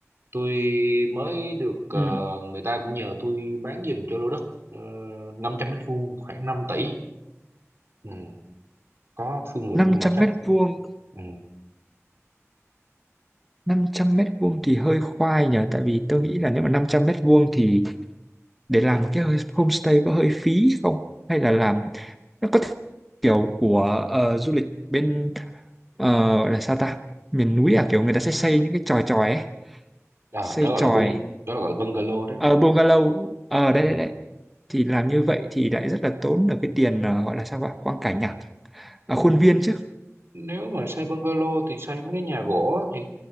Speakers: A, on the right (about 55°); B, in the centre.
A: tôi mới được ờ,
B: Ừm,
A: người ta cũng nhờ tôi bán giùm cho lô đất uh, 500 mét vuông khoảng năm tỷ ừ. có thương lượng
B: năm
A: nhưng mà
B: trăm
A: chắc
B: mét vuông
A: ừ.
B: năm trăm mét vuông thì hơi khoai nhỉ tại vì tôi nghĩ là nếu mà 500 mét vuông thì để làm một cái homestay có hơi phí không hay là làm nó có kiểu của ờ, du lịch bên ờ, gọi là sao ta miền núi à kiểu người ta sẽ xây những cái chòi chòi ấy
A: à,
B: xây
A: đó gọi
B: chòi
A: là bung đó là gọi là bungalow đó
B: ở bungalow ở đây
A: ừ.
B: đây đây thì làm như vậy thì lại rất là tốn ở cái tiền ờ, gọi là sao ạ quang cảnh à, à
A: Ừ,
B: khuôn viên chứ
A: nếu mà xây bungalow thì xây mấy cái nhà gỗ á thì